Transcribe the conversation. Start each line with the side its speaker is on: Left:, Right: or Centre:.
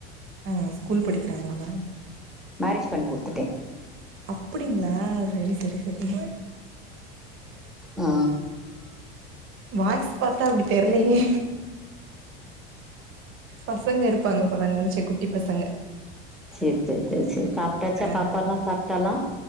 Right: ஆ ஸ்கூல் படிக்கிறாங்களாமா
Centre: மேரேஜ் பண்ணி கொடுத்துட்டே
Right: அப்படிங்களா செரி செரி ஸ் சரி
Centre: ஆ
Right: வாய்ஸ் பாத்தா அப்டி தெர்லயே பசங்க இருப்பாங்க போல நெனச்ச குட்டி பசங்க
Centre: சேர்சேர் சேர் சேர் சாப் டச்சா
Right: ஆ
Centre: பாப்பாலா சாப்ட்டலா